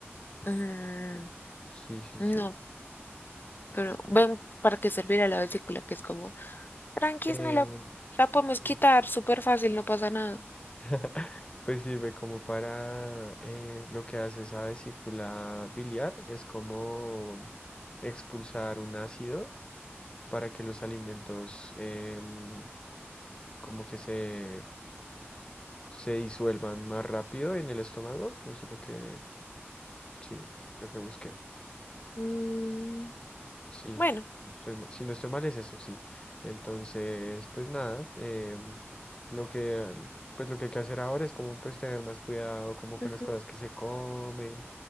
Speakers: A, on the left; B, on the left.
A: mm,
B: Sí, sí,
A: no,
B: sí.
A: pero ven para qué servirá la vesícula, que es como, tranquis,
B: Eh,
A: no la, la podemos
B: sir-
A: quitar súper fácil, no pasa nada.
B: <laughs> pues sirve como para eh, lo que hace esa vesícula biliar, es como expulsar un ácido para que los alimentos em, como que se, se disuelvan más rápido en el estómago. Eso es lo que, sí, lo que busqué.
A: Mm,
B: Sí,
A: bueno,
B: no estoy ma- si no estoy mal es eso, sí. Entonces, pues nada, em, lo que, pues lo que hay que hacer ahora es como pues tener más cuidado como con
A: ujú,
B: las cosas que se comen,